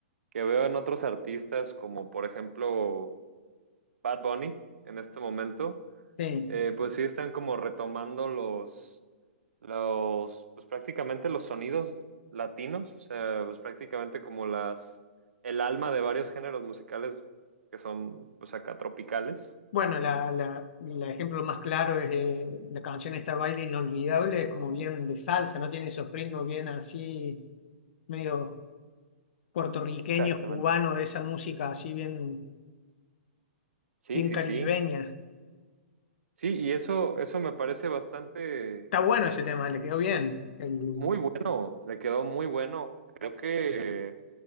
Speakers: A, on the right; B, on the left.
A: que veo en otros artistas, como por ejemplo Bad Bunny, en este momento,
B: Sí.
A: eh, pues sí están como retomando los, los, pues prácticamente los sonidos latinos, o sea, pues prácticamente como las, el alma de varios géneros musicales que son, pues acá tropicales.
B: Bueno, la, la- el ejemplo más claro es eh, la canción esta Baile Inolvidable, es como bien de salsa, no tiene esos ritmos bien así, medio puertorriqueños,
A: Exactamente.
B: cubanos, de esa música así bien,
A: Sí,
B: bien
A: sí,
B: caribeña.
A: sí. Sí, y eso, eso me parece bastante
B: Está bueno ese tema, le quedó bien. El-
A: muy bueno, le quedó muy bueno. Creo que